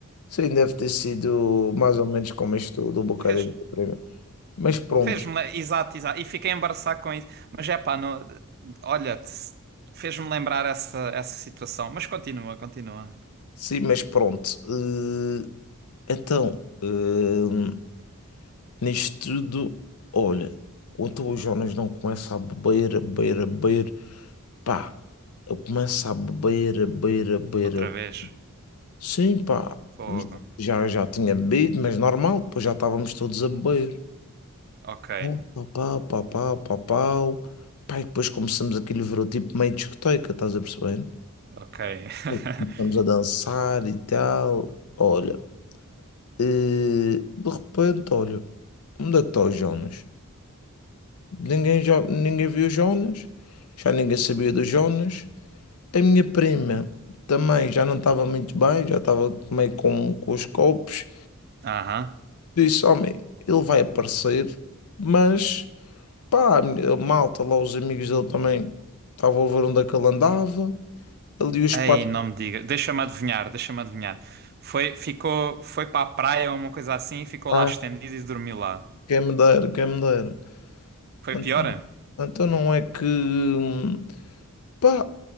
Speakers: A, on the left; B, on the right.
A: Sim, deve ter sido mais ou menos como isto do Bocadinho
B: fez,
A: da Prima. Mas pronto,
B: fez-me, le- exato, exato. E fiquei embaraçado com isso. Mas é pá, não, olha, te- fez-me lembrar essa, essa situação. Mas continua, continua.
A: sim, mas pronto. Eh, então, eh, nisto tudo, olha, então o Jonas não começa a beber, a beber, a beber, pá, eu começo a beber, a beber, a beber.
B: Outra
A: a-
B: vez.
A: Sim, pá,
B: Fogo.
A: já, já tinha bebido, mas normal, depois já estávamos todos a beber.
B: Ok,
A: Pau, pau, pau, pau, pau, pau. Pá, e depois começamos aquele ver o tipo meio discoteca, estás a perceber?
B: ok. <laughs>
A: Começamos a dançar e tal. Olha, eh, de repente, olha, onde é que está o Jonas? Ninguém, já, ninguém viu o Jonas, já ninguém sabia do Jonas. A minha prima também já não estava muito bem, já estava meio com, com os copos.
B: Aham.
A: Disse: Homem, ele vai aparecer, mas pá, a minha- a malta lá, os amigos dele também estavam a ver onde é que ele andava. Ali os
B: Ei,
A: pais,
B: não me diga. Deixa-me adivinhar, deixa-me adivinhar. Foi, ficou, foi para a praia ou uma coisa assim e ficou
A: pá,
B: lá estendido e dormiu lá.
A: quem me dera, quem me dera.
B: Foi
A: Então,
B: pior?
A: então não é que hum, pá,